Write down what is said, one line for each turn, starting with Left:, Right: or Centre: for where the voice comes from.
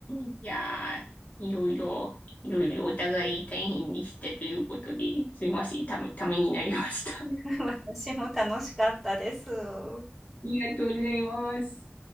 Left: んいやー、いろいろ、いろいろお互い大変でしたということで、すいません、ため、ためになりました。
Centre: <laughs>
Left: <laughs> あ
Centre: 私も楽しかったです。
Left: りがとうございます。